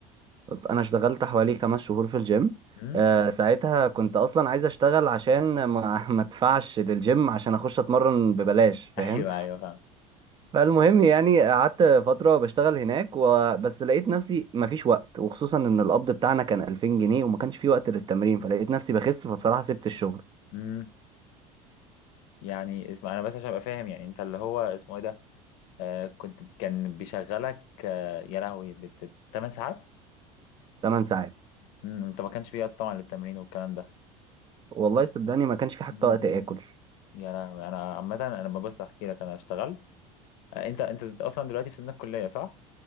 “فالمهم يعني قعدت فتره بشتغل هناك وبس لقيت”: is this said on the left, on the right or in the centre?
Right